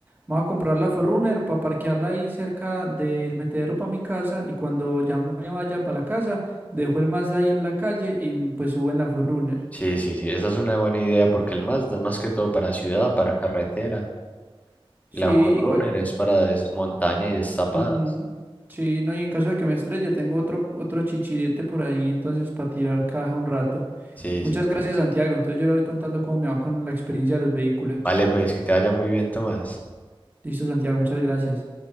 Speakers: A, on the right; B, on the left.
A: Me voy a comprar la Forerunner para parquearla ahí cerca del metedero para mi casa. Y cuando ya me vaya para la casa, dejo el Mazda ahí en la calle y pues subo en la Forerunner.
B: Sí, sí, sí, esa es una buena idea porque el Mazda es más que todo para ciudad, para carretera.
A: Sí,
B: Y la Forerunner
A: ¿y cua-
B: es para des- montaña y destapadas.
A: Mm, sí, no, y en caso de que me estrelle, tengo otro, otro chichirete por ahí, entonces para tirar caja un rato.
B: Sí,
A: Muchas
B: sí.
A: gracias, Santiago. Entonces yo le voy contando cómo me va con la experiencia de los vehículos.
B: Vale, pues que te vaya muy bien, Tomás.
A: Listo, Santiago, muchas gracias.